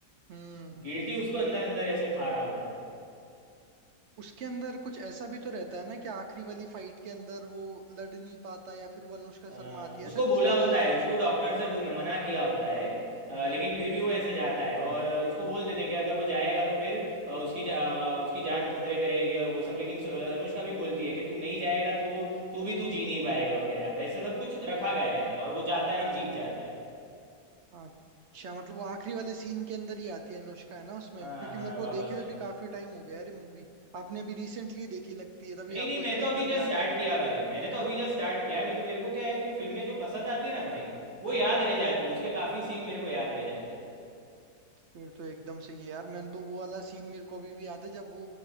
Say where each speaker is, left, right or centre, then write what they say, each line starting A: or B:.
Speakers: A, on the right; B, on the right.
A: हम्म
B: गिल्टी उसको अंदर अंदर ऐसे खा रहा होता है
A: उसके अंदर कुछ ऐसा भी तो रहता है ना कि आखिरी वाली फाइट के अंदर वो लड़ नहीं पाता या फिर वो अनुष्का
B: हाँ
A: शर्मा आती है
B: उसको
A: ऐसा
B: बोला
A: कुछ रहता
B: होता
A: है ना
B: है
A: आखिरी
B: उसको
A: में
B: डॉक्टर्स ने बोल- मना किया होता है अ,
A: हम्म
B: लेकिन फिर भी वो ऐसे जाता है और उसको बोल देते हैं कि अगर वो जाएगा तो फिर अ, उसकी जा, अ, उसकी जान खतरे में रहेगी और वो सब लेकिन सु- अनुष्का भी बोलती है कि तू नहीं जाएगा तो तो भी तू जी नहीं पाएगा वगैरह वैसे सब कुछ रखा गया है और वो जाता है और जीत जाता है
A: अच्छा मतलब वो आखिरी वाले सीन के अंदर ही आती है अनुष्का है ना उसमें
B: हाँ
A: क्योंकि
B: हाँ
A: मेरे को
B: वापस
A: देखे हुए
B: है
A: भी काफी टाइम हो गया अरे मूवी आपने अभी रिसेंटली देखी लगती है तभी
B: नहीं नहीं
A: आपको
B: मैं
A: इतना
B: तो
A: एकदम
B: अभी जस्ट
A: याद
B: स्टार्ट
A: है
B: किया भाई मैंने तो अभी जस्ट स्टार्ट किया नहीं तो मेरे को क्या है कि फिल्में जो पसंद आती है ना भाई वो
A: हम्म
B: याद रह जाती है उसके काफ़ी सीन मेरे को याद रह जाते हैं
A: फिर तो एकदम सही है यार मैंने तो वो वाला सीन मेरे को अभी भी याद है जब वो